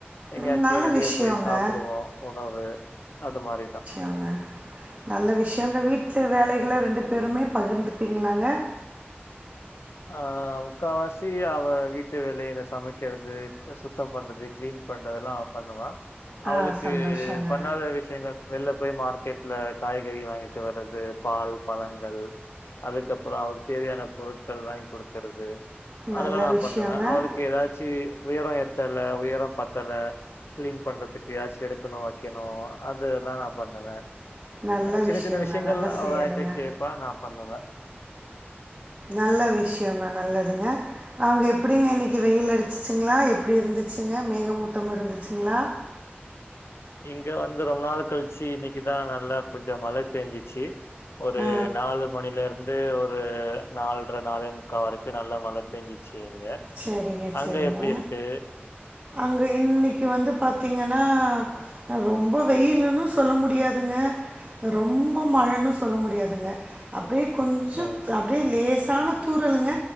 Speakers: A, on the left; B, on the right.
A: எங்கயாச்சு
B: ம், நல்ல
A: வெளியே
B: விஷயங்க
A: போய் சாப்புடுவோ உணவு அது மாரிதா
B: அவுங்க நல்ல விஷயங்க வீட்டு வேலைகள்லா ரெண்டு பேருமே பகிர்ந்துப்பீங்களாங்க
A: ஆ முக்காவாசி அவ வீட்டு வேலைய எதா சமைக்கறது சுத்தோ பண்றது க்ளீன் பண்றதுல்லா அவ பண்ணுவா அவளுக்கு
B: ஆ சந்தோஷங்க
A: பண்ணாத விஷயங்கள் வெள்ல போய் மார்க்கெட்ல காய்கறி வாங்கிட்டு வர்றது பால் பழங்கள் அதுக்கப்பறோ அவருக்கு தேவையான பொருட் கள் வாய்ங் குடுக்கறது அதெல்லா
B: நல்ல
A: நா
B: விஷயங்க
A: பண்ணுவே அவளுக்கு எதாச்சு உயரோ ஏ தெல்ல உயரோ பத்தல க்ளீன் பண்றதுக்கு எதாச்சு எடுக்கணு வெக்கணு அதுலா நா பண்ணுவே
B: நல்ல
A: சின்ன
B: விஷயங்க.
A: சின்ன விஷயங்கள்
B: நல்ல
A: அவட்ட
B: செயலுங்க.
A: கேப்பா நா பண்ணுவே
B: நல்ல விஷயங்க நல்லதுங்க அங்க எப்படிங்க இன்னிக்கு வெயில் அடிச்சிச்சுங்ளா எப்டி இருந்துச்சுங்க மேகமூட்டமா இருந்துச்சுங்ளா
A: இங்க வந்து ரொம்ப நாள் கழிச்சு இன்னிக்குதா நல்லா கொஞ்சோ மழ பெஞ்சிச்சு ஒரு
B: ஆ.
A: நாலு மணில இருந்து ஒரு நால்ற நாலேமுக்கா வரிக்கு நல்ல மழ பேஞ்சுச்சு இங்க
B: செரிங்க
A: அங்க
B: செரிங்க
A: எப்டி இருக்கு
B: அங்க இன்னிக்கு வந்து பாத்தீங்கன்னா ரொம்ப வெயிலுனு சொல்ல முடியாதுங்க ரொம்ப மழனு சொல்ல முடியாதுங்க அப்டியே கொஞ்சோ
A: ஓ
B: அப்டியே லேசான தூறலுங்க